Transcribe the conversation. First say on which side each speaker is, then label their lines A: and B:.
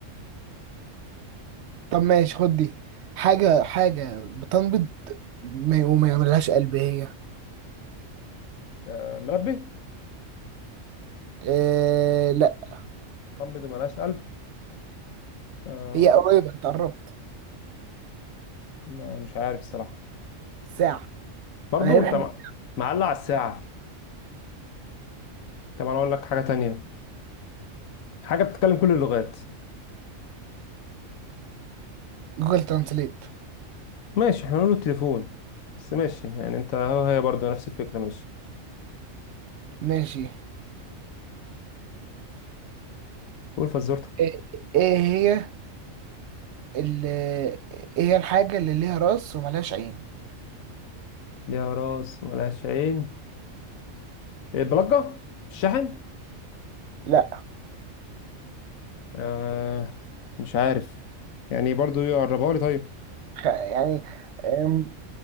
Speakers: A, on the right; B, on the left.
A: طب ماشي خد دي حاجة حاجة بتنبض ما- وما يعملهاش قلب هي
B: آه، منبه
A: إيه لا
B: طنب دي ملهاش قلب آه،
A: هي قريبة انت قربت
B: لا مش عارف الصراحة
A: ساعة
B: برضو
A: انا ليه بحب
B: انت م- معلق على الساعة طب انا اقول لك حاجة تانية حاجة بتتكلم كل اللغات
A: جوجل ترانسليت
B: ماشي احنا نقول التليفون بس ماشي يعني انت هو هي برضو نفس الفكرة ماشي
A: ماشي
B: قول فزورتك
A: ايه إيه هي ال ايه هي الحاجة اللي ليها راس وملهاش عين؟
B: ليها راس ملهاش عين ايه بلجة الشحن
A: لا
B: آه مش عارف يعني برضو يقربها لي طيب
A: خ- يعني أم،